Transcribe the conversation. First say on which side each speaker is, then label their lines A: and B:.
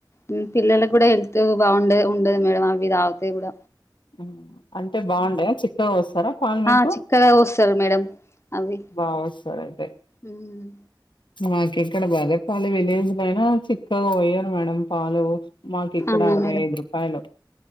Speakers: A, on the left (about 35°); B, on the left (about 80°).
A: ఉమ్ పిల్లలక్ కుడ హెల్త్ త్ బాగుండది ఉండది మేడం అవి తాగుతే కూడ
B: మ్ అంటే బాగుండయా చిక్కగా వస్తారా పాల్ మీకు
A: ఆ చిక్కగా పోస్తారు మేడం అవి
B: బాగ్ వస్తదైతే
A: ఉమ్,
B: మాక్ ఇక్కడ బరెపాలు విలేజ్ లోయినా చిక్కగా పోయారు మేడం పాలు మాక్ ఇక్కడ
A: అవునా
B: అరవై
A: మేడం
B: ఐదు రూపాయలు